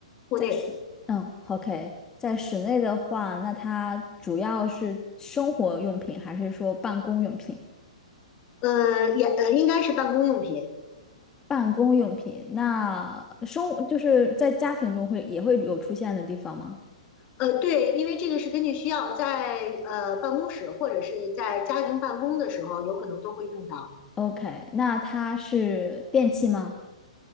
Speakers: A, on the left; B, on the left.
A: 户内。
B: 在室，嗯，OK，在室内的话，那它主要是生活用品还是说办公用品？
A: 呃，也呃，应该是办公用品。
B: 办公用品，那生就是在家庭中会也会有出现的地方吗
A: 呃，对，因为这个是根据需要，在呃办公室或者是在家庭办公的时候，有可能都会用到。
B: ？OK，那它是电器吗？